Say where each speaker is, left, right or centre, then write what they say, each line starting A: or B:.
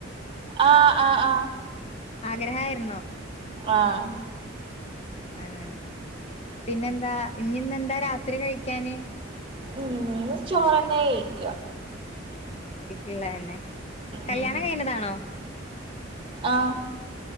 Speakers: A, on the right; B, on the left.
A: ആഹ് ആഹ് ആഹ്
B: ആഗ്രഹായിരുന്നോ
A: ആഹ്
B: അങ്ങനെ പിന്നെന്താ ഞിന്നെന്താ രാത്രി കഴിക്കാന്
A: ഉം ങ്ങള് ചോറെന്നെ കയിക്ക
B: ഇള്ളെന്നെ കല്യാണം
A: ഉം
B: കഴഞ്ഞതാണോ <unintelligible>
A: ആഹ്